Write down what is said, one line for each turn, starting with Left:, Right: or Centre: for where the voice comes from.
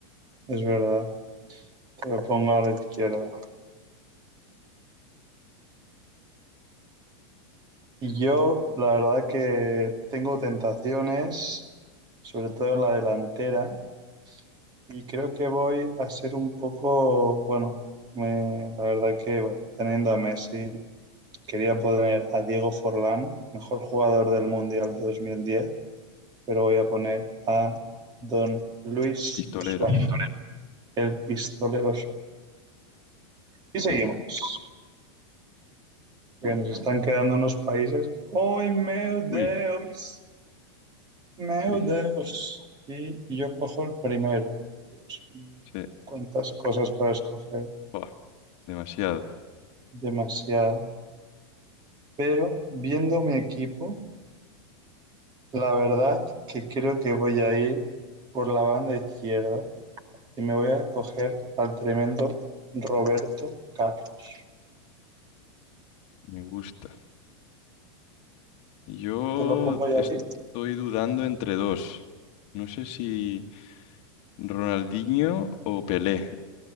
Right: Es verdad, te lo pongo a la izquierda. Y yo, la verdad que tengo tentaciones, sobre todo en la delantera, y creo que voy a ser un poco, bueno, me- la verdad que bueno, teniendo a Messi, quería poner a Diego Forlán, mejor jugador del Mundial de 2010, pero voy a poner a Don Luis
Left: Pistolero.
Right: Suárez, el pistolero Y seguimos.
Left: Venga.
Right: Que nos están quedando unos países. ¡Ay, meu
Left: Uy,
Right: Deus! ¡Meu
Left: uy.
Right: Deus! Y yo cojo el primero. Dios mío,
Left: Sí.
Right: cuántas cosas para escoger.
Left: Buah, demasiado.
Right: Demasiado. Pero viendo mi equipo, la verdad que creo que voy a ir por la banda izquierda y me voy a coger al tremendo Roberto Carlos.
Left: Me gusta. Yo
Right: Te lo pongo ya
Left: estoy
Right: aquí.
Left: dudando entre dos. No sé si Ronaldinho o Pelé.